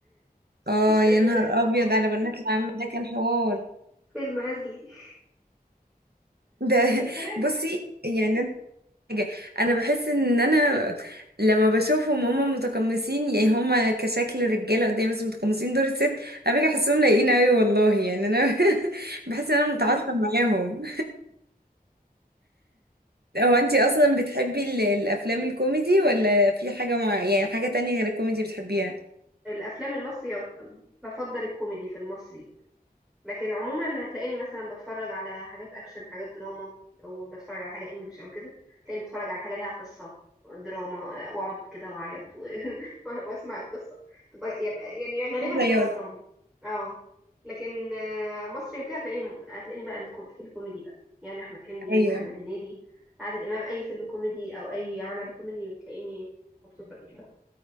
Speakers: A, on the right (about 85°); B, in the centre.
A: اه
B: في شويه
A: يا نهار
B: مشاهد بتضحك
A: ابيض على بنات العم ده كان حوار
B: فيلم هزلي <laughs>
A: ده
B: بس
A: <laughs>
B: حلو
A: بصي يعني حاجة انا بحس ان انا لما بشوفهم هما متقمصين يعني هما كشكل رجالة قدامي بس متقمصين دور الست انا باجي احسهم لايقين اوي والله يعني انا <laughs> بحس ان انا متعاطفة معاهم هو انتي اصلا بتحبي ال- الافلام الكوميدي ولا في حاجة مع يعني حاجة تانية غير الكوميدي بتحبيها
B: الافلام المصري بفضل الكوميدي في المصري لكن عموما هتلاقيني مثلا بتفرج على حاجات اكشن حاجات دراما او بتفرج على حاجه انجليش او كده تلاقيني بتفرج على حاجه ليها قصه دراما واقعد كده واعيط و... <laughs> واسمع القصه تبقى يبقى يعني غالبا
A: الرياض
B: بيبقى دراما اه لكن آه، مصري وكده هتلاقيني هتلاقيني بقى الكو- في الكوميدي بقى يعني احمد حلمي
A: ايوه
B: محمد هنيدي عادل امام اي فيلم كوميدي او اي عمل كوميدي تلاقيني مبسوطه بيه.